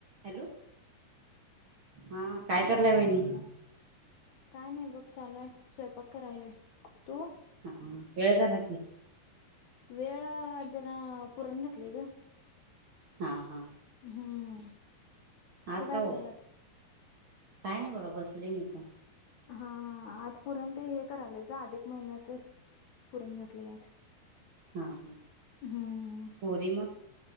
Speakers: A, on the right; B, on the left.
A: Hello, हा काय करलय वहिनी
B: काय नाही बघ चालूय स्वयंपाक करायलुय तू
A: हा वेळ झाला की.
B: वेळ जरा पुरण घातलीय ग
A: हा हा
B: हम्म
A: आज
B: तू काय
A: का हो
B: करालास.
A: काय नाही बघा बसलेय मी पण
B: हा हा आज पुरण ते हे कराले ग अधिक महिन्याच पुरण घातले आज
A: हा हा
B: हम्म
A: पोरी मग